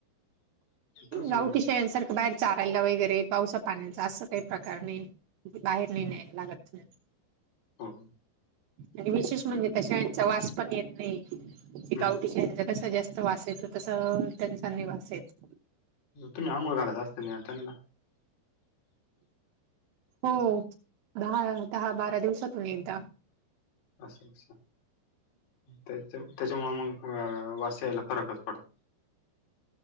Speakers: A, on the left; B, on the right.
A: तस
B: गावठी
A: हम्म
B: शांसारखं बाहेर चारायला वगैरे पावसा पाण्याचा असं काही प्रकार नाही ति बाहेर ल न लागत
A: हा ह
B: आणि विशेष म्हणजे तशा यांचा वास पण येत नाही
A: हम्म
B: गावटीच्याच कस जास्त वासेत तस त्यांचानी वासेत
A: तुम्ही आंघोळ घालत असता ना त्यांना
B: हो दहा दहा बारा दिवसातून एकदा
A: अस्ंच्छा त्याच्या त्याच्यामुळे मग वास यायला फरकच पडतो